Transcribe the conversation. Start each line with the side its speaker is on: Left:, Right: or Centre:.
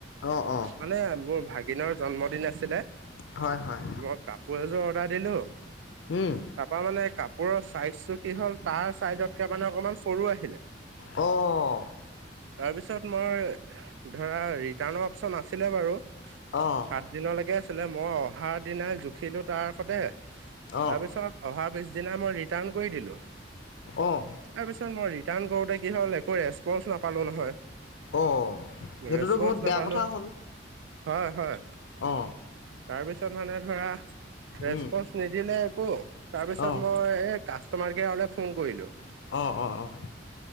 Left: অঁ অঁ
Right: মানে মোৰ ভাগিনৰ জন্মদিন আছে।
Left: হয় হয়
Right: মই কাপোৰ এযোৰ অৰ্ডাৰ দিলো।
Left: উম
Right: তাৰাপা মানে কাপোৰৰ চাইজটো কি হ'ল তাৰ চাইজতকে মানে অকমান সৰু আহিলে।
Left: অ - অ - অ।
Right: তাৰপিছত মই ধৰা ৰিটাৰ্ণৰ অপচন আছিলে বাৰু।
Left: অঁ
Right: সাত দিনলৈকে আছিলে মই অহাৰ দিনাই জুখিলো তাৰ সতে তাৰপিছত
Left: অঁ
Right: অহা পিছদিনা মই ৰিটাৰ্ণ কৰি দিলো।
Left: অঁ
Right: তাৰ পিছত মই ৰিটাৰ্ণ কৰোতে কি হ'ল একো ৰেচপন নাপালো নহয়।
Left: অ, সেইটোতো
Right: ৰেচপন্ঞ্চ
Left: বহুত বেয়া
Right: নাপালো
Left: কথা হ'ল
Right: হয় হয়
Left: অ,
Right: তাৰপিছত মানে ধৰা ৰেচপনচ
Left: উম
Right: নিদিলে একো তাৰপিছত
Left: অঁ
Right: মই কাষ্টমাৰ কেয়াৰলে ফোন কৰিলো।
Left: অ - অ - অ।